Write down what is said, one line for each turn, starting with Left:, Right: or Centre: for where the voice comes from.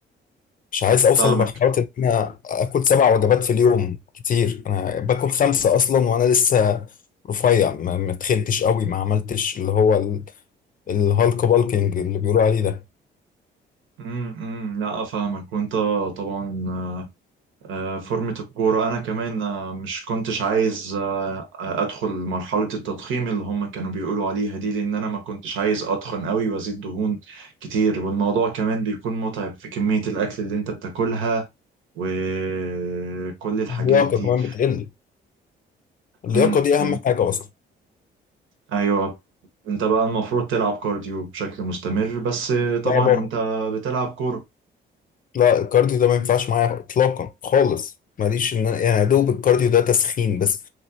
Left: مش عايز اوصل
Right: فاهمك
Left: لمرحله ان انا اكل سبع وجبات في اليوم كتير انا باكل خمسه اصلا وانا لسه رفيع ما ما تخنتش قوي ما عملتش اللي هو الهالك بالكينج اللي بيقولوا عليه ده
Right: امم لا افهمك وانت طبعا آه، فورمة الكورة انا كمان آه، مش كنتش عايز آه، ادخل مرحلة التضخيم اللي هم كانوا بيقولوا عليها دي لان انا ما كنتش عايز اتخن قوي وازيد دهون كتير والموضوع كمان بيكون متعب في كمية الاكل اللي انت بتاكلها وكل الحاجات
Left: اللياقه
Right: دي
Left: كمان بتقل اللياقه
Right: امم
Left: دي اهم
Right: أمم.
Left: حاجه اصلا
Right: ايوه انت بقى المفروض تلعب كارديو بشكل مستمر بس آه، طبعا
Left: لا بره
Right: انت بتلعب كورة
Left: لا الكارديو ده ما ينفعش معايا اطلاقا خالص ماليش ان انا يعني يا دوب الكارديو ده تسخين بس